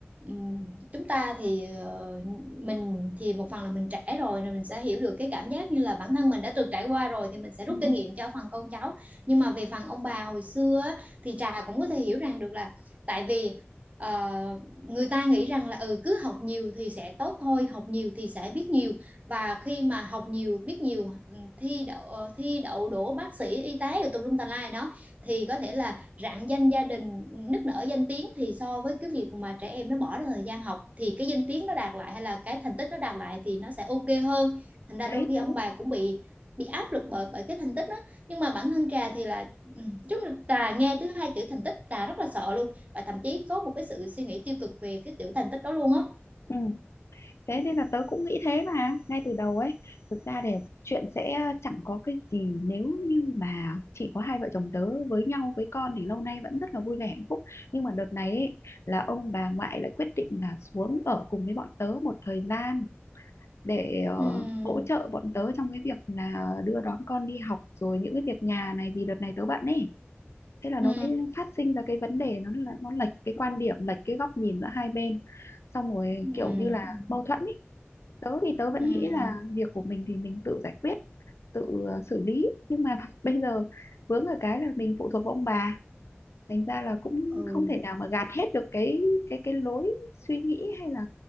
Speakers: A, on the right; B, on the left.
A: ừm, chúng ta thì ờ, mình thì một phần là mình trẻ rồi nên mình sẽ hiểu được cái cảm giác như là bản thân mình đã từng trải qua rồi thì mình sẽ rút
B: Ừ,
A: kinh nghiệm cho phần con cháu nhưng mà về phần ông bà hồi xưa á, thì Trà cũng có thể hiểu rằng được là tại vì ờ, người ta nghĩ rằng là ừ cứ học nhiều thì sẽ tốt thôi học nhiều thì sẽ biết nhiều và khi mà học nhiều biết nhiều ừm, thi đậu ờ, thi đậu đỗ bác sĩ y tế rồi tùm lum tà lai đó thì có thể là rạng danh gia đình nức nở danh tiếng thì so với cái việc mà trẻ em nó bỏ ra thời gian học thì cái danh tiếng nó đạt lại hay là cái thành tích nó đạt lại thì nó sẽ ok hơn thành ra
B: đấy
A: đôi khi
B: đấy
A: ông bà cũng bị bị áp lực bởi bởi cái thành tích đó nhưng mà bản thân trà thì là ừ, trà nghe thứ hai chữ thành tích trà rất là sợ luôn và thậm chí có một cái sự suy nghĩ tiêu cực về cái chữ thành tích đó luôn á
B: ừ. thế nên là tớ cũng nghĩ thế mà ngay từ đầu ấy thực ra thì chuyện sẽ ờ, chẳng có cái gì nếu như mà chỉ có hai vợ chồng tớ với nhau với con thì lâu nay vẫn rất là vui vẻ hạnh phúc nhưng mà đợt này ấy, là ông bà ngoại lại quyết định là xuống ở cùng với bọn tớ một thời gian để ờ,
A: ừ
B: hỗ trợ bọn tớ trong cái việc là đưa đón con đi học rồi những cái việc nhà này vì đợt này tớ bận ấy thế là
A: ừ
B: nó mới phát sinh ra cái vấn đề nó là nó lệch cái quan điểm lệch cái góc nhìn giữa hai bên xong rồi
A: ừ
B: kiểu như là mâu thuẫn ý tớ thì tớ
A: ừ
B: vẫn nghĩ là việc của mình thì mình tự giải quyết tự ờ, xử lý nhưng mà <laughs> bây giờ vướng ở cái là mình phụ thuộc vào ông bà thành ra là cũng
A: ừ
B: không thể nào mà gạt hết được cái cái cái lối suy nghĩ hay là